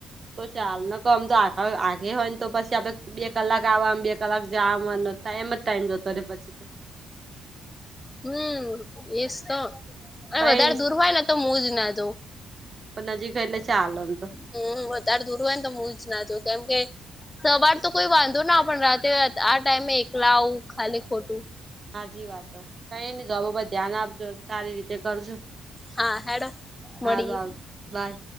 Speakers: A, on the right; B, on the left.
A: તો ચાલે ન ક ઓમ તો આ આગેહોયન તો પછી આપડે બે કલાક આવામાં બે કલાક જાવામાં ટાઈમ જ ટાઈમ જતો રે પછી તો
B: હમ એસ તો અને
A: કઈ
B: વધારે દૂર હોય ને તો મુ જ ના જઉં
A: પણ નજીક હે એટલે ચાલ આમતો
B: હમ વધારે દૂર હોય ને તો હુજના જવ કેમ કે સવાર તો વાંધો ના આવે પણ રાતે આ ટાઈમે એકલા આવું ખાલી ખોટું
A: હાચી વાત કઈ ની જબ ધ્યાન આપજો સારી રીતે કરજો.
B: હા હેડો
A: હારું
B: મળીએે.
A: આવ બાય.